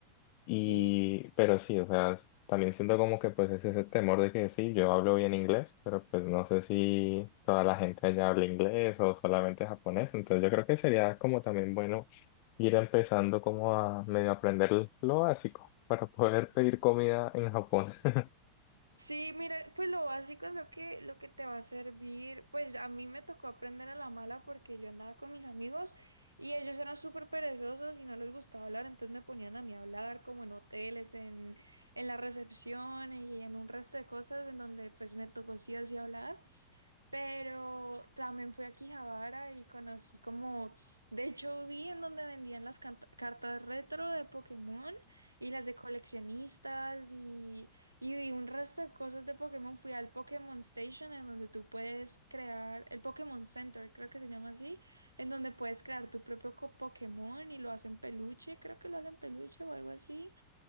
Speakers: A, on the left; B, on the right.
A: Y,
B: Sí,
A: pero sí, o sea, s- también siento como que pues es ese temor de que sí, yo hablo bien inglés, pero pues no sé si toda la gente allá habla inglés o solamente japonés. Entonces yo creo que sería como también bueno ir empezando como a medio aprender lo básico para poder pedir comida en Japón. <laughs>
B: Sí, mira, pues lo básico es lo que, lo que te va a servir. Pues a mí me tocó aprender a la mala porque yo andaba con mis amigos y ellos eran súper perezosos y no les gustaba hablar, entonces me ponían a mí a hablar como en hoteles, en, en la recepción y en un resto de cosas en donde pues me tocó sí así hablar. Pero también fui a Quijabara y conocí como, de hecho vi en donde vendían las canta- cartas retro de Pokémon y las de coleccionistas y, y vi un resto de cosas de Pokémon. Fui al Pokémon Station en donde tú puedes crear, el Pokémon Center creo que se llama así, en donde puedes crear tu propio co- Pokémon y lo hacen peluche, creo que lo hacen peluche o algo así.